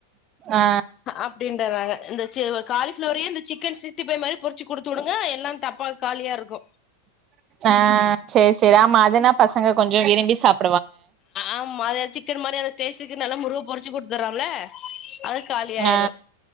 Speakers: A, on the right; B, on the left.
A: ஆ
B: அப்டின்றதாங்க இந்த காலிஃப்ளோரயு இந்த சிக்கன் சிக்ஸ்டி பைவ் மாரி பொரிச்சு குடுத்து விடுங்க எல்லாம் தப்பா காலியா இருக்கு
A: ஆ செரி செரி ஆமா அதுனா பசங்க கொஞ்சோ விரும்பி சாப்
B: ஆமா அத சிக்கன் மாரி அந்த ஸ்டேஷுக்கு நல்லா முருக பொரி ச்சு குடுத்துறன்ல அது காலியாயிரு
A: ஆ